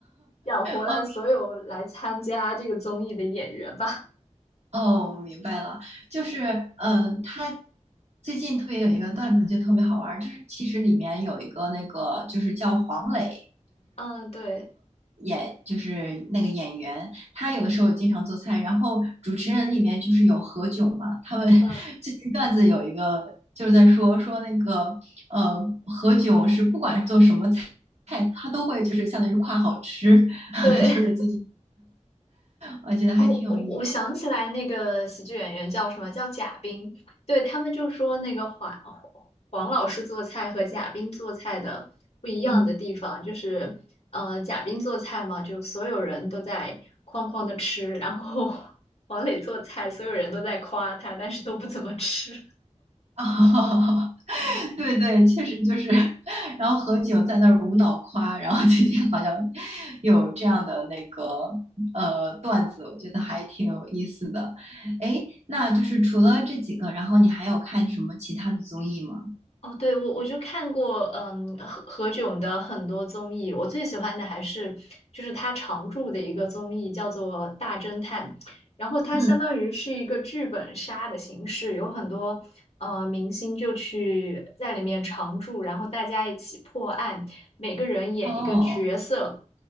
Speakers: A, on the left; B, on the right.
A: 养活了所有来参加这个综艺的演员吧。
B: 哦哦，我明白了，就是嗯，他最近特别有一个段子就特别好玩儿，就是其实里面有一个那个就是叫黄磊
A: 嗯，对，
B: 演，就是那个演员，他有的时候经常做菜，然后主持人里面就是有何炅嘛，他们 <laughs>
A: 嗯，
B: 最近段子有一个就是在说说那个呃何炅是不管做什么菜。菜他都会就是相当于夸好吃，<laughs>
A: 对。
B: 就是最近我觉得还挺有意思。
A: 哦，我我想起来那个喜剧演员叫什么？叫贾冰。对，他们就说那个黄黄老师做菜和贾冰做菜的不一样的地方，
B: 嗯。
A: 就是呃，贾冰做菜嘛，就所有人都在哐哐的吃，然后 <laughs> 黄磊做菜，所有人都在夸他，但是都不怎么吃。
B: 哦，<laughs> 对对，确实就是，<laughs> 然后何炅在那儿无脑夸，然后最近好像有这样的那个呃段子，我觉得还挺有意思的。哎，那就是除了这几个，然后你还有看什么其他的综艺吗？
A: 哦，对，我我就看过，嗯，何何炅的很多综艺，我最喜欢的还是就是他常驻的一个综艺叫做《大侦探》，然后它相当于是一个剧本杀的形式，
B: 嗯，
A: 有很多呃明星就去在里面常驻，然后大家一起破案，每个人演一个角色，
B: 哦，